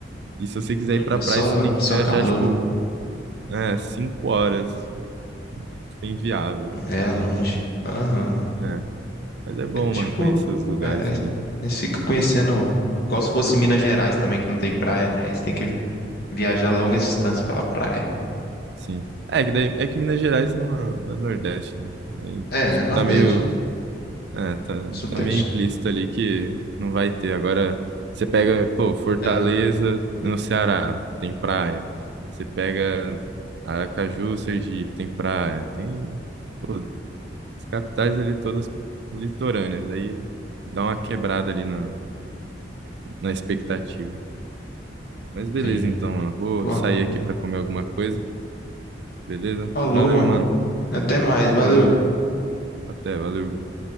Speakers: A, on the right; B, on the left.
A: e se você quiser
B: Hum,
A: ir pra
B: É
A: praia,
B: só,
A: você tem que
B: só
A: viajar,
B: calor,
A: tipo,
B: né?
A: é, cinco horas, tipo, inviável,
B: É é longe. Aham.
A: né? Mas é bom,
B: É tipo.
A: mano, conhecer os lugares
B: É, aí
A: ali.
B: eles ficam conhecendo. Igual se fosse Minas Gerais também, que não tem praia, né? Aí você tem que Viajar longas distâncias pela praia.
A: Sim. É que, daí, é que Minas Gerais não é, não é Nordeste, né? Aí,
B: É, né?
A: tipo,
B: Nordeste,
A: tá meio,
B: né?
A: é, tá,
B: Sudeste.
A: tá meio implícito ali que não vai ter. Agora, você pega, pô, Fortaleza
B: É,
A: é no Ceará, tem praia. Você pega Aracaju, Sergipe, tem praia. Tem, pô, as capitais ali todas litorâneas. Aí dá uma quebrada ali na, na expectativa. Mas beleza,
B: sim.
A: então, mano. Vou
B: Pô,
A: sair aqui pra comer alguma coisa, beleza?
B: falou,
A: Valeu,
B: mano.
A: mano.
B: Até mais, valeu.
A: Falou. Até, valeu.